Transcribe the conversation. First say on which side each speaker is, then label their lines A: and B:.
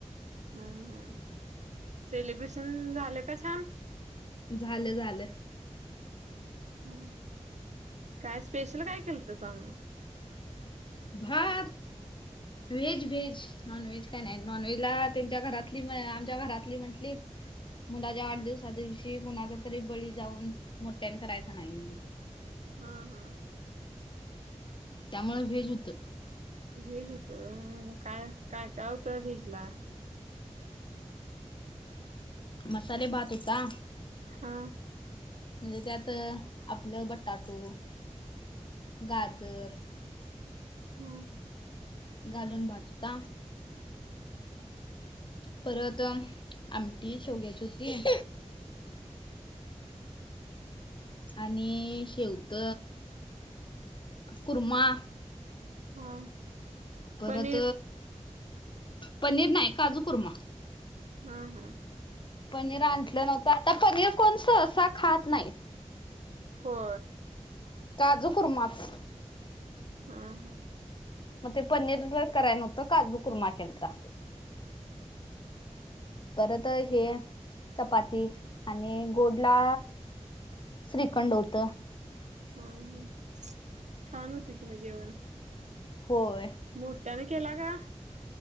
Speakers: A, on the right; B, on the left.
A: हम्म हम् सेलिब्रेशन झालं का छान
B: झालं झालं
A: हम्म काय स्पेशल काय केलं त समळ
B: भात
A: <inaudible>
B: व्हेज व्हेज नॉन व्हेज काय नाही नॉन व्हेज ला त्यांच्या घरातली आमच्या घरातली म्हंटली मुलाच्या आठ दिवसा दिवशी कुणाचा तरी बळी जाऊन मोठ्यान करायचा नाही
A: हा हा
B: त्यामुळे भेज होत
A: भीज होत मग काय काय काय होतं भीज ला
B: मसाले भात होता
A: हा
B: म्हणजे त्यात आपलं बटाटो गाजर
A: हम्म
B: घालून भाजता परत आमटी शेवग्याची होती आणि शेवत कुर्मा
A: हा
B: परत
A: पनीर
B: पनीर नाही काजू कुरमा
A: हा हा
B: पनीर आणलं नव्हतं आता पनीर कोण सहसा असं खात नाहीत
A: हो
B: काजु कुर्माच
A: हा हा
B: मग ते पनीर कराय नवतं काजू कुरमा केलता
A: हम्
B: परत हे चपाती आणि गोडला श्रीखंड होत
A: हम हम छान होते कि म जेवण
B: होय
A: मोठ्याने केला का